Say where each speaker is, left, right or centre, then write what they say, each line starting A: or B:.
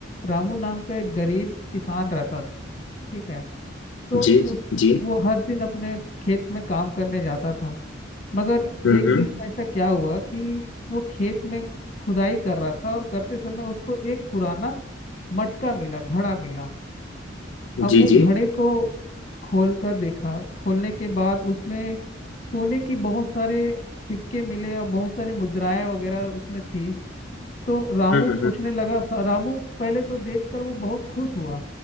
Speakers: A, on the left (about 40°); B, on the left (about 75°).
A: रामू नाम का एक गरीब किसान रहता था ठीक है तो
B: जी
A: उस
B: जी
A: वो हर दिन अपने खेत में काम करने जाता था मगर
B: हम्म
A: एक
B: हम्म
A: दिन ऐसा क्या हुआ कि वो खेत में खुदाई कर रहा था और करते समय उसको एक पुराना मटका मिला घड़ा मिला अब
B: जी
A: वो घड़े
B: जी
A: को खोल कर देखा खोलने के बाद उसमें सोने की बहुत सारे सिक्के मिले और बहुत सारे मुद्राएं वगैरह उसमें थी तो रामू
B: हम्म हम्म
A: सोचने लगा रामू पहले तो देखकर वो बहुत खुश हुआ